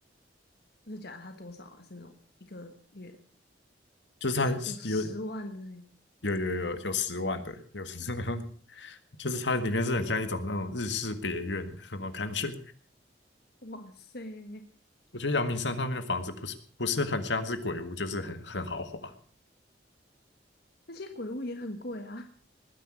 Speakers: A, on the left (about 60°); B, on the left (about 70°).
A: 是假它多少啊？是那种一个月
B: 就是它有
A: 有十万的耶
B: 有有有有十万的，有十 <laughs>，就是它里面是很像一种那种日式别院的那种感觉。
A: 哇塞！
B: 我觉得阳明山上面的房子不是不是很像是鬼屋，就是很很豪华，
A: 那些鬼屋也很贵啊。